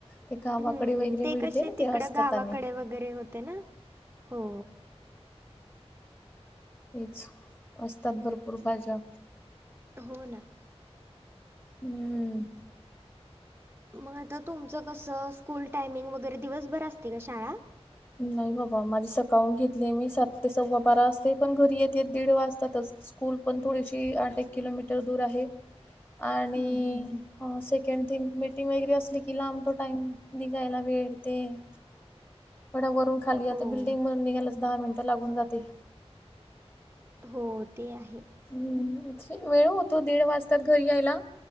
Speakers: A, on the left (about 20°); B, on the right (about 20°).
A: ते गावाकडे
B: हम्म,
A: वगैरे
B: ते
A: मिळते
B: कसे
A: ना
B: तिकडं
A: ते असतात
B: गावाकडे
A: आणि
B: वगैरे होते ना, हो.
A: हेच असतात भरपूर भाज्या.
B: हो ना.
A: हम्म.
B: मग आता तुमचं कसं, स्कूल टायमिंग वगैरे दिवसभर असते का शाळा?
A: नाही बाबा, माझी सकाळून घेतली मी सात ते सव्वा बारा आसते, पण घरी येत, येत दीड वाजतातच. स्कूल थोडीशी आठ एक किलोमीटर दूर आहे आणि
B: हम्म, हम्म, हम्म.
A: हो, सेकंड थींग मीटिंग वगैरे की लांब तो टाईम निघायला वेळ ते. गडावरुन खाली येते,
B: हो
A: बिल्डिंग मधन यायलाच दहा मिनिटं लागून जाते.
B: हो ते आहे.
A: हम्म वेळ होतो दीड वाजतात घरी यायला